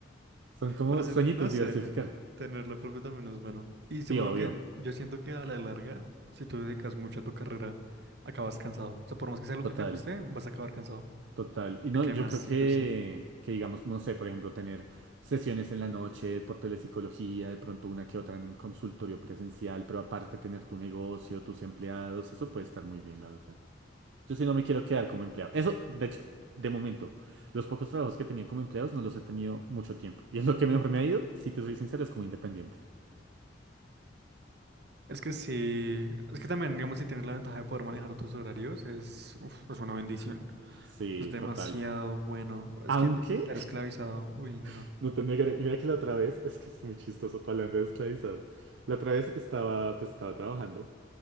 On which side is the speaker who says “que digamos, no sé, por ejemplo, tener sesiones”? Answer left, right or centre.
Right